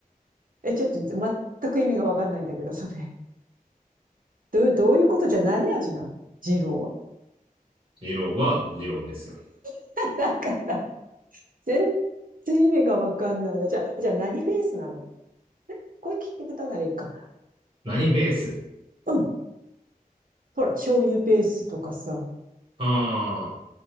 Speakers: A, on the right; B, on the right.
A: え、ちょっと全く意味がわかんないんだけど、それ。どう、どういうことじゃ何味なの二郎は。
B: 二郎は二郎ですよ。
A: <laughs> なんか全然意味がわかんないな。じゃあ、じゃあ何ベースなのこういう聞き方ならいいか。
B: 何ベース
A: うん。ほら、醤油ベースとかさ。
B: ああー。